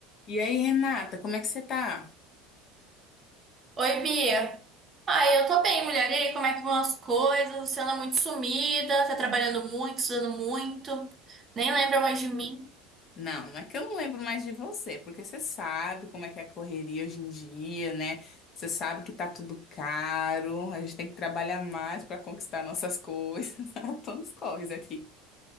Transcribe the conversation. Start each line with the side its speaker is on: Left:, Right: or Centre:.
Left: E aí, Renata, como é que você tá?
Right: Oi, Bia. Ai, eu tô bem, mulher. E aí, como é que vão as coisas? Você anda muito sumida, tá trabalhando muito, estudando muito, nem lembra mais de mim.
Left: Não, não é que eu não lembro mais de você, porque você sabe como é que é a correria hoje em dia, né? Você sabe que tá tudo caro, a gente tem que trabalhar mais para conquistar nossas coisas. <laughs> a Todos corres aqui.